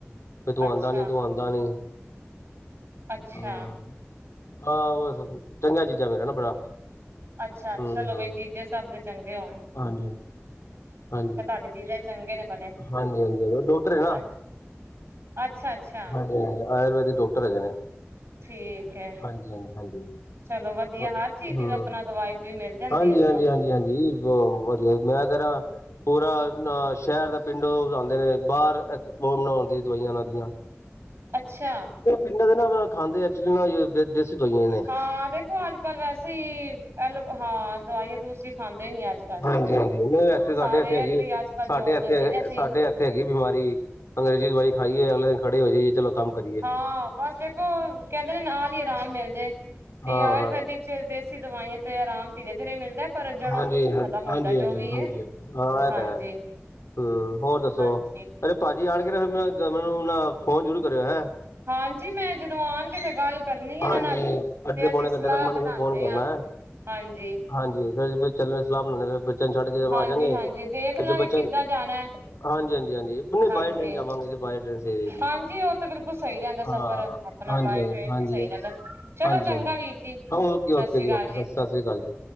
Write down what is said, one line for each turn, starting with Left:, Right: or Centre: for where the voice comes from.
Left: ਵੀ ਤੂੰ
Right: ਅੱਛਾ
Left: ਆਉਂਦਾ ਨੀ ਤੂੰ ਆਉਂਦਾ ਨੀ।
Right: ਅੱਛਾ
Left: ਹਮ ਆਹ ਹਾਂ ਬਸ ਚੰਗਾ ਜੀਜਾ ਮੇਰਾ ਨਾ ਬੜਾ।
Right: ਅੱਛਾ
Left: ਹੂੰ
Right: ਚਲੋ
Left: ਹੂੰ
Right: ਬਈ ਜੀਜੇ ਸਭ ਦੇ ਚੰਗੇ ਹੋਣ
Left: ਹਾਂਜੀ ਹਾਂਜੀ
Right: ਫਿਰ ਤੁਹਾਡੇ ਜੀਜਾ ਜੀ। ਚੰਗੇ ਨੇ ਬੜੇ।
Left: ਹਾਂਜੀ ਹਾਂਜੀ ਡੋਟਰ ਏ ਨਾ।
Right: ਅ ਅੱਛਾ ਅੱਛਾ
Left: ਹਾਂਜੀ ਆਯੁਰਵੈਦਿਕ ਡਾਕਟਰ ਹੈਗੇ ਨੇ।
Right: ਠੀਕ ਹੈ
Left: ਹਾਂਜੀ- ਹਾਂਜੀ ਹਾਂਜੀ।
Right: ਚਲੋ ਵਧੀਆ
Left: ਹੂੰ,
Right: ਹਰ ਚੀਜ਼ ਦੀ ਆਪਣਾ ਦਵਾਈ ਦਵੂਈ ਮਿਲ ਜਾਂਦੀ
Left: ਹਾਂਜੀ-
Right: ਉੱਧਰੋਂ
Left: ਹਾਂਜੀ, ਹਾਂਜੀ- ਹਾਂਜੀ। ਉਹ ਵਧੀਆ ਮੈਂ ਕਰਾਂ ਪੂਰਾ ਅ ਸ਼ਹਿਰ ਦਾ। ਪਿੰਡੋ ਬੁਲਾਂਦੇ ਨੇ ਬਾਹਰ ਐਕਸਪੋਰਟ ਨਾ ਹੁੰਦੀ ਦਵਾਈਆਂ ਉਹਨਾਂ ਦੀਆਂ।
Right: ਅੱਛਾ।
Left: ਪਿੰਡਾਂ ਦੇ ਨਾ ਖਾਂਦੇ ਐਕਚੁਲੀ ਨਾ। ਦਵਾਈਆਂ ਨੇ
Right: ਹਾਂ ਦੇਖੋ ਅੱਜ ਕੱਲ ਵੈਸੇ ਹੀ ਐਲੋ ਹਾਂ ਦਵਾਈਆਂ ਦੂਸੀ ਖਾਂਦੇ ਨੀ ਅੱਜ ਕੱਲ।
Left: ਹਾਂਜੀ- ਹਾਂਜੀ ਉਹ ਇਥੇ ਸਾਡੇ
Right: ਸਾਰੇ
Left: ਇੱਥੇ ਹੈਗੀ,
Right: ਤੇ ਅੱਜ ਕੱਲ
Left: ਸਾਡੇ
Right: ਜ਼ੋਰ
Left: ਇੱਥੇ,
Right: ਦਿੰਦੇ ਨੇ ਅਸੀਂ
Left: ਸਾਡੇ ਇਥੇ ਥੇ ਹੈਗੀ ਬਿਮਾਰੀ ਅੰਗਰੇਜ਼ੀ ਦਵਾਈ ਖਾਈਏ ਅਗਲੇ ਦਿਨ ਖੜੇ ਹੋ ਜਾਇਏ ਜੀ ਚਲੋ। ਕੰਮ ਕਰੀਏ
Right: ਹਾਂ ਬਸ ਦੇਖੋ ਕਹਿੰਦੇ ਨੇ ਨਾਲ ਹੀ ਆਰਾਮ ਮਿਲ ਜਾਏ, ਤੇ
Left: ਹਾਂ
Right: ਆਯੁਰਵੈਦਿਕ
Left: ਹਾਂ
Right: ਚੱਲਦੇ ਸੀ ਦਵਾਈਆਂ ਤੇ ਆਰਾਮ ਪੀਰੇ-ਧੀਰੇ ਹੀ ਮਿਲਦਾ। ਪਰ ਜੜੋਂ
Left: ਹਾਂਜੀ ਹ ਹਜੀ
Right: ਖਤਮ ਹੁੰਦਾ
Left: ਹਾਂਜੀ-
Right: ਜੋ ਵੀ
Left: ਹਾਂਜੀ
Right: ਹੈ
Left: ਹਾਂ ਐ
Right: ਹਾਂਜੀ
Left: ਤਾਂ ਹੈ। ਹੂੰ ਹੋਰ ਦੱਸੋ
Right: ਹਾਂਜੀ
Left: ਅਰੇ ਭਾਜੀ ਆਣ ਕੇ ਫੇਰ ਮੈਨੂੰ ਨਾ ਫੋਨ ਜ਼ਰੂਰ ਕਰਿਓ, ਹੈਂ।
Right: ਹਾਂਜੀ ਮੈਂ ਜਦੋਂ ਆਉਣਗੇ ਤੇ ਗੱਲ ਕਰਨੀ ਇਹਨਾਂ
Left: ਹਾਂਜੀ,
Right: ਨਾਲ, ਤੇ
Left: ਅੱਧੇ
Right: ਅਸੀਂ
Left: ਪੌਣੇ ਘੰਟੇ
Right: ਸਲਾਹ
Left: ਤੱਕ ਮੈਨੂੰ
Right: ਬਣਾਦੇ
Left: ਫਿਰ ਫੋਨ ਕਰਨਾ
Right: ਹਾਂ
Left: ਹੈ
Right: ਹਾਂਜੀ।
Left: ਹਾਂਜੀ ਫੇਰ ਬ ਚੱਲ ਸਲਾਹ ਬਣਾਉਦੇ ਫੇਰ ਬੱਚਿਆਂ ਨੂੰ ਛੱਡ ਕੇ
Right: ਹਾਂਜੀ
Left: ਆ ਜਾਂਗੇ,
Right: ਹਾਂਜੀ
Left: ਫੇਰ
Right: ਦੇਖ ਲਾਂਗੇ
Left: ਜ ਬੱਚਾ
Right: ਕਿੱਦਾਂ
Left: ਹਾਂਜੀ-
Right: ਜਾਣਾ
Left: ਹਾਂਜੀ ਹਾਂਜੀ ਨਹੀਂ
Right: ਹਾਂਜੀ
Left: ਬਾਏ ਟ੍ਰੇਨ ਜਾਵਾਂਗੇ ਜੀ, ਬਾਏ ਟ੍ਰੇਨ ਸਹੀ ਰਹੇਗੀ
Right: ਹਾਂਜੀ ਉਹ ਤੇ ਬਿਲਕੁਲ ਸਹੀ ਰਹਿੰਦਾ
Left: ਹਾਂ।
Right: ਸਫ਼ਰ ਆਪਣਾ
Left: ਹਾਂਜੀ-
Right: ਬਾਏ ਟ੍ਰੇਨ
Left: ਹਾਂਜੀ ਹਾਂਜੀ
Right: ਵੀ ਸਹੀ
Left: ਏ
Right: ਰਹਿੰਦਾ ਚਲੋ
Left: ਹਾਂਜੀ-ਹਾਂਜੀ
Right: ਚੰਗਾ ਵੀਰ ਜੀ
Left: ਓਕੇ-
Right: ਸਤਿ
Left: ਓਕੇ
Right: ਸ੍ਰੀ
Left: ਜੀ
Right: ਅਕਾਲ
Left: ਓਕੇ ਸਤਿ ਸ੍ਰੀ ਅਕਾਲ ਜੀ।